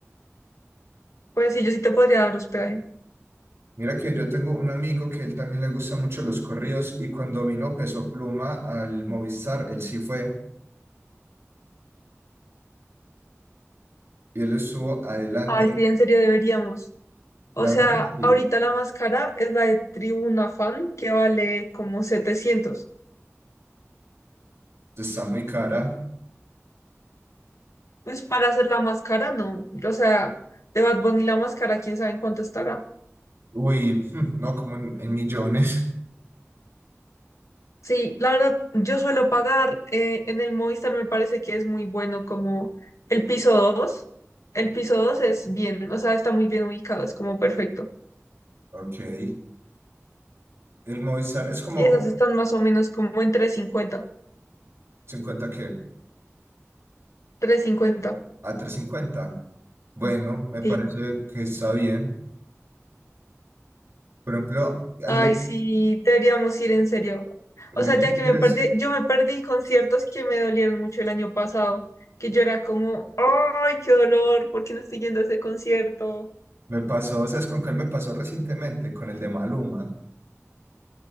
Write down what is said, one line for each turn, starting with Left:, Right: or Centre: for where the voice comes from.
Left: pues sí, yo sí te podría dar hospedaje.
Right: Mira que yo tengo un amigo que él también le gustan mucho los corridos y cuando vino Peso Pluma al Movistar, él sí fue y él estuvo adelante.
Left: Ay, sí, en serio deberíamos. O
Right: La
Left: sea,
Right: verdad, sí,
Left: ahorita la más cara es la de Tribuna Fan, que vale como 700.
Right: está muy cara.
Left: Pues para hacer la más cara, no. O sea, de Bad Bunny la más cara, quién sabe en cuánto estará.
Right: Uy, <laughs> hmm, no, como en, en millones. <laughs>
Left: Sí, la verdad, yo suelo pagar eh, en el Movistar, me parece que es muy bueno como el piso 2. El piso 2 es bien, o sea, está muy bien ubicado, es como perfecto.
Right: Ok, el Movistar es como
Left: Y esas están más o menos como en 350.
Right: 50 que
Left: cincuenta. trescientos cincuenta,
Right: a 350. Bueno, me parece
Left: sí.
Right: que está bien. Por ejemplo, el
Left: Ay,
Right: de,
Left: sí, deberíamos ir en serio.
Right: mm,
Left: O sea, ya
Right: si quieres.
Left: que me perdí, yo me perdí conciertos que me dolieron mucho el año pasado, que yo era como, ay, qué dolor, ¿por qué no estoy yendo a ese concierto?
Right: Me pasó, ¿sabes con cuál me pasó recientemente? Con el de Maluma.